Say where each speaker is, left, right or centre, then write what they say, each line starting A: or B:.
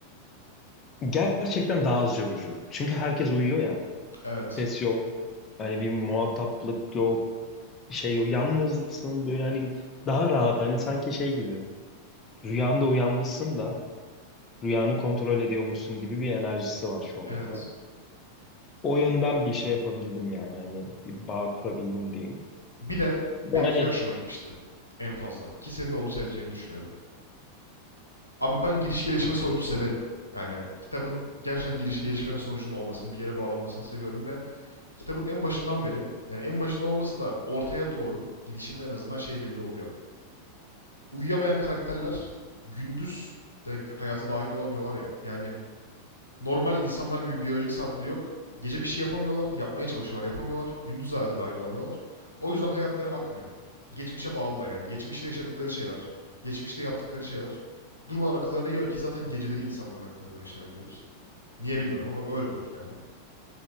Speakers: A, on the left (about 25°); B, on the left (about 85°).
A: Gerçekten daha az yorucu. Çünkü herkes uyuyor ya.
B: Evet.
A: Ses yok. Hani bir muhataplık yok. Bir şey yok. Yalnızsın böyle hani daha rahat. Hani sanki şey gibi. Rüyanda uyanmışsın da rüyanı kontrol ediyormuşsun gibi bir enerjisi var çoğunlukla.
B: Evet.
A: O yönden bir şey yapabildim yani hani bir bağ kurabildim diyeyim.
B: Bir de
A: Ve
B: benim
A: hani
B: şey hoşuma gitmişti. En fazla. Ki senin de onu seveceğini düşünüyordum. Abi ben giriş gelişme sonucu severim. Yani kitabın gerçekten girişi gelişme ve sonucunun olmasını, bir yere bağlanmasını seviyorum ve kitabın en başından beri, yani en başında olması da ortaya doğru gidişinde en azından şey belli oluyor. Uyuyamayan karakterler gündüz de hayata dahil olamıyorlar ya. Yani Normal insanlar gibi biyolojik saatleri yok. Gece bir şey yapamıyorlar, yapmaya çalışıyorlar, yapamıyorlar. Gündüz hayata dahil olamıyorlar. O yüzden hayatları akmıyor. Geçmişe bağlılar yani. Geçmişte yaşadıkları şeyler, geçmişte yaptıkları şeyler. Durmadan akıllarına geliyor ki zaten geceleri insanların aklına böyle şeyler gelir. Niye bilmiyorum ama öyle olur yani.